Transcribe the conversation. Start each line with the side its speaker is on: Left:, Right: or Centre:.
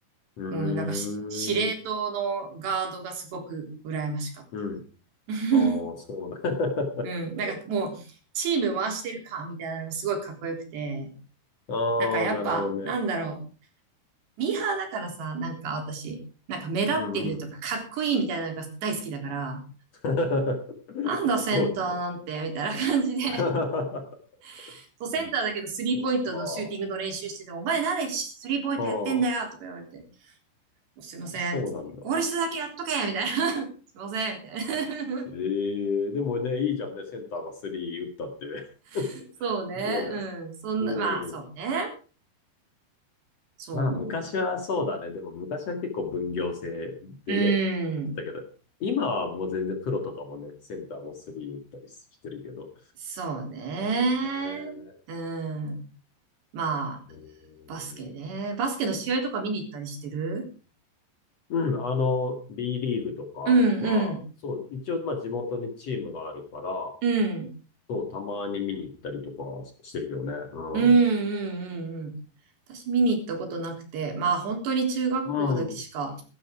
Left: ーん、
Right: うん、なんかし司令塔のガードがすごく羨ましかった。
Left: うん。
Right: <laughs>
Left: ああ、そうだ。<laughs>
Right: うん、なんかもう、チーム回してるかみたいなのがすごいかっこよくて、
Left: ああ、
Right: なんかやっぱ、
Left: なるほどね。
Right: なんだろう。ミーハーだからさ、なんか私、なんか目立ってるとかかっこいいみたいなのが大好きだから、
Left: うんうん。<laughs>
Right: なんだセンターなんて、
Left: そうなんだね。
Right: みたいな感じで
Left: <laughs>
Right: <laughs> そう、センターだけどスリーポイントのシューティングの練習してて、
Left: うんそっか。
Right: お前何でスリーポイントやってんだよとか言われて、
Left: ああ、
Right: すいませんって言って、
Left: そうなんだ。
Right: ゴール下だけやっとけみたいな。<laughs> すいませんみたいな。
Left: <laughs> ええでもね、いいじゃんね、センターが3打ったって。
Right: <laughs> そうね。
Left: <laughs> ねえ。
Right: うん。そんな、
Left: うん。
Right: まあそうね。そ
Left: まあ、昔はそうだね。でも昔は結構分業制でね、
Right: う。う
Left: やってたけど、
Right: ん。
Left: 今はもう全然プロとかもね、センターもスリー打ったりしてるけど。
Right: そうね。
Left: そうね。
Right: うん。まあ、
Left: うーん。
Right: バスケね。バスケの試合とか見に行ったりしてる
Left: うん、あの、B リーグとかは、
Right: うんうん
Left: そう、一応、まあ、地元にチームがあるから、
Right: うん
Left: そう、たまに見に行ったりとかしてるけどね。う
Right: うんうんうんうん。私見に行ったことなくて、まあ本当に中学校だけしか
Left: ん。うん。